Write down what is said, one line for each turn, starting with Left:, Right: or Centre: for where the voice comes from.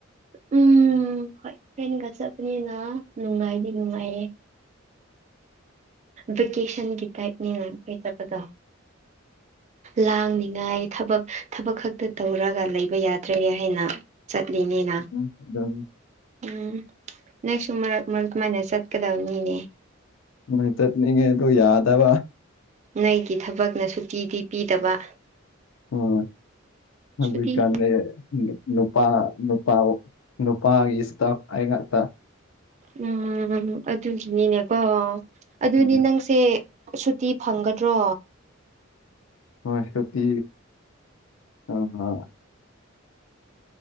Right: ꯎꯝ ꯍꯣꯏ ꯐ꯭ꯔꯦꯟꯒ ꯆꯠꯄꯅꯤꯅ ꯅꯨꯡꯉꯥꯏꯗꯤ ꯅꯨꯡꯉꯥꯏꯌꯦ ꯚꯦꯀꯦꯁꯟꯒꯤ ꯇꯥꯏꯞꯅꯦꯅ ꯑꯩꯈꯣꯏ ꯆꯠꯄꯗꯣ ꯂꯥꯡꯅꯤꯉꯥꯏ ꯊꯕꯛ ꯊꯕꯛ ꯈꯛꯇ ꯇꯧꯔꯒ ꯂꯩꯕ ꯌꯥꯗ꯭ꯔꯦ ꯍꯥꯏꯅ ꯆꯠꯂꯤꯅꯤꯅ
Left: ꯎꯝ ꯑꯗꯨꯝ
Right: ꯎꯝ ꯅꯪꯁꯨ ꯃꯔꯛ ꯃꯔꯛ ꯀꯃꯥꯏꯅ ꯆꯠꯀꯗꯝꯅꯤꯅꯦ
Left: ꯃꯣꯏ ꯆꯠꯅꯤꯡꯉꯦ ꯑꯗꯣ ꯌꯥꯗꯕꯥ
Right: ꯅꯩꯒꯤ ꯊꯕꯛꯅ ꯁꯨꯇꯤꯗꯤ ꯄꯤꯗꯕ
Left: ꯎꯨ <unintelligible>
Right: ꯁꯨꯇꯤ
Left: ꯅꯨꯄꯥ ꯅꯨꯄꯥ ꯅꯨꯄꯥꯒꯤ ꯏꯁꯇꯥꯞ ꯑꯩ ꯉꯥꯛꯇ
Right: ꯎꯝ ꯑꯗꯨꯒꯤꯅꯤꯅꯦꯀꯣ ꯑꯗꯨꯗꯤ
Left: ꯎꯝ
Right: ꯅꯪꯁ ꯁꯦ ꯁꯨꯇꯤ ꯐꯪꯒꯗ꯭ꯔꯣ
Left: ꯍꯣꯏ ꯁꯨꯇꯤ ꯑꯥ